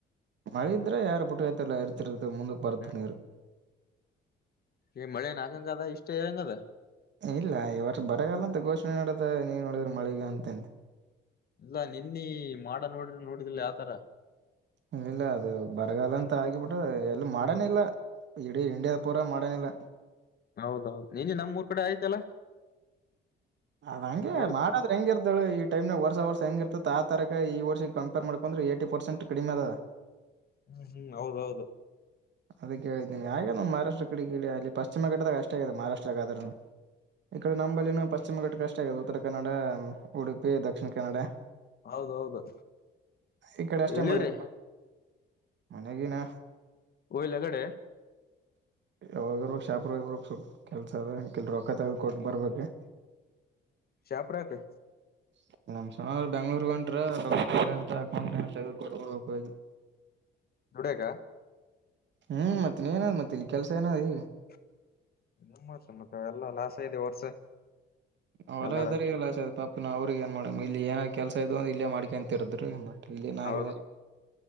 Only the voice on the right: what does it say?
ಮಳೆ ಇದ್ರೆ ಯಾರು ಬಿಟ್ಟೈತಲ್ಲ ಇರ್ತಿರ್ತ ಮುಂದಕ್ ಬರತ್ತು
ನೀರು.
ಇಲ್ಲ ಈ ವರ್ಷ ಬರಗಲ್ಲ ಅಂತ ಘೋಷಣೆ ನಡದ ನೀನ್ ನೋಡಿದ್ರಿ ಮಳಿಗ ಅಂತ.
ಇಲ್ಲ ಇಲ್ಲ ಅದು ಬರಗಾಲ ಅಂತ ಆಗಿಬಿಟ್ಟ ಎಲ್ಲ ಮಾಡನೆ ಇಲ್ಲ ಇಡೀ ಇಂಡಿಯಾ ಪೂರಾ ಮಾಡ್ಯಾನಿಲ್ಲ.
ಅದ ಹಂಗೆ
ಮಾಡದ ಹೆಂಗ್ ಇರ್ತಳ ಈ ಟೈಮನ್ಯಾಗ್ ವರ್ಷ ವರ್ಷ ಹೆಂಗಿ ಇರ್ತಿತ್ ಆ ತರಕ ಈ ವರ್ಷಕ್ ಕಂಪೇರ್ ಮಾಡಿಕೊಂಡ್ರ ಏಟಿ ಪರ್ಸೆಂಟ್ ಕಡಿಮೆ ಅದ.
ಅದ ಕೇಳಿದ್ದೇನೆ ಹಾಗೆನ್ ಮಹಾರಾಷ್ಟ್ರ ಕಡೆ ಅಲ್ಲಿ ಪಶ್ಚಿಮ ಘಟ್ಟದಾಗ ಅಷ್ಟೇ ಆಗಿದೆ ಮಾರಾಷ್ಟ್ರಗ ಆದ್ರನು. ಈ ಕಡೆ ನಂಬಲ್ಲಿ ನಮ್ಮ ಪಶ್ಚಿಮ ಘಟ್ಟಕ್ಕೆ ಅಷ್ಟ ಆಗದ ಉತ್ತರ ಕನ್ನಡ, ಉಡುಪಿ, ದಕ್ಷಿಣಕನ್ನಡ.
ಈ ಕಡೆ ಅಷ್ಟೇ
ಮಳೆ ಹಂಗಾಗಿನ
ಯಾವಾಗರ್ ಶಾಪುರ ಹೋಗಿ ಬರೋಗ್ ಸ್ವಪ್ ಕೆಲಸ ಅದ <unintelligible> ರೊಕ್ಕ್ ತಗದ ಕೊಟ್ಟ ಬರ್ಬೇಕ.
<unintelligible> ಬೆಂಗಳೂರಿಗ ಹೊಂಟ್ರ <unintelligible>
ಹ ಮತ್ತ ನೀನ ಮತ್ತ ಇಲ್ಲಿ ಕೆಲಸ ಏನದ್ ಈಗ.
ಹೊಲ
<unintelligible> ಅವ್ರಿಗೆ ಏನ ಮಾಡಾನಂಗಿಲ್ಲ ಇಲ್ಲಿ ಏನ್ ಕೆಲ್ಸ ಇದ್ದು ಅಂದ್ರ ಇಲ್ಲೇ ಮಾಡಕೊಂತ ಇರುದ್ರಿ ಮ ಇಲ್ಲಿನ
<unintelligible>